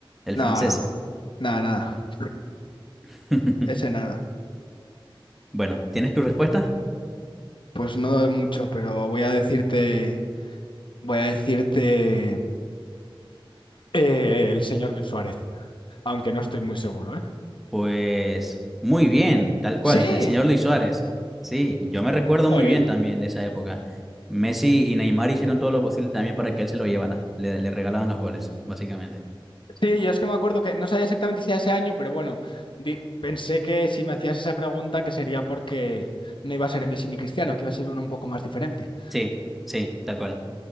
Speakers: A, in the centre; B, on the left.
A: el
B: No,
A: francés.
B: no. Nada, nada.
A: <laughs>
B: Ese nada.
A: Bueno, ¿tienes tu respuesta?
B: Pues no doy mucho, pero voy a decirte. Voy a decirte. eh, el señor de Suárez. Aunque no estoy muy seguro, ¿eh?
A: Pues muy bien, tal cual,
B: ¡Sí!
A: el señor Luis Suárez. Sí, yo me recuerdo
B: Jolín.
A: muy bien también de esa época. Messi y Neymar hicieron todo lo posible también para que él se lo llevara. Le, le regalaban los goles, básicamente.
B: Sí, yo es que me acuerdo que no sabía exactamente si era ese año, pero bueno, di- pensé que si me hacías esa pregunta que sería porque no iba a ser Messi ni Cristiano, que iba a ser uno un poco más diferente.
A: Sí, sí, tal cual.